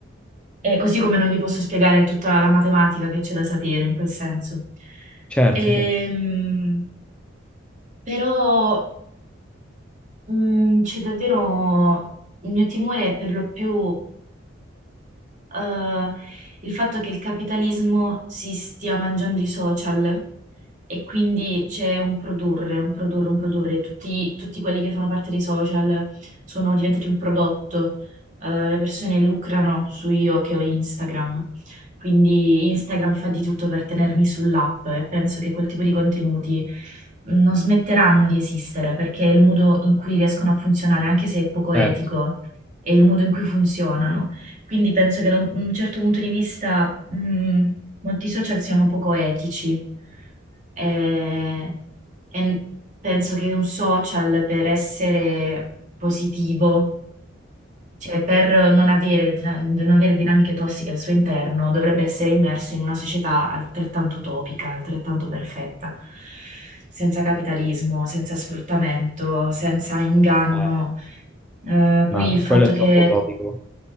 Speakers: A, on the right; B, in the centre.
A: Eh, così come non gli posso spiegare tutta la matematica che c'è da sapere in quel senso.
B: certo,
A: Ehm,
B: certo,
A: però mh, c'è davvero il mio timore è per lo più eh, il fatto che il capitalismo si stia mangiando i social E quindi c'è un produrre, un produrre, un produrre. Tutti, tutti quelli che fanno parte dei social sono diventati un prodotto. Eh, le persone lucrano su io che ho Instagram. Quindi Instagram fa di tutto per tenermi sull'app e penso che quel tipo di contenuti non smetteranno di esistere perché è il modo in cui riescono a funzionare, anche se è poco etico,
B: certo.
A: è il modo in cui funzionano. Quindi penso che da un un certo punto di vista, mh, molti social siano poco etici. Eh, e penso che un social per essere positivo, cioè per non avere, non avere dinamiche tossiche al suo interno, dovrebbe essere immerso in una società altrettanto utopica, altrettanto perfetta, senza capitalismo, senza sfruttamento, senza inganno.
B: Eh,
A: Eh,
B: ma
A: poi il fatto
B: quello è
A: che
B: troppo utopico.